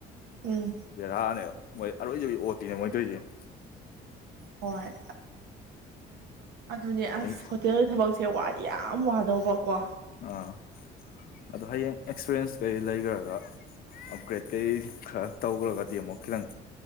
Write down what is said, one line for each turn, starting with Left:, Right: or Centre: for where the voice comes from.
Right: ꯎꯝ
Left: ꯕꯦꯔꯥꯅꯦ ꯃꯣꯏ ꯑꯔꯣꯏꯖ ꯑꯣꯠꯇꯤꯅꯦ ꯃꯣꯏꯗꯣꯏꯁ
Right: ꯍꯣꯏ ꯑꯗꯨꯅꯦ ꯑꯁ
Left: ꯑꯩ
Right: ꯍꯣꯇꯦꯜꯒꯤ ꯊꯕꯛꯁꯦ ꯋꯥꯗꯤ ꯌꯥꯝ ꯋꯥꯗꯧꯕꯀꯣ
Left: ꯑꯥ ꯑꯗꯣ ꯍꯌꯦꯡ ꯑꯦꯛꯁꯄꯤꯔꯌꯦꯟꯁ ꯀꯩ ꯂꯩꯈ꯭ꯔꯒ ꯑꯞꯒ꯭ꯔꯦꯗ ꯀꯩ ꯈꯔ ꯇꯧꯈ꯭ꯔꯒꯗꯤ ꯑꯃꯨꯛ ꯈꯤꯇꯪ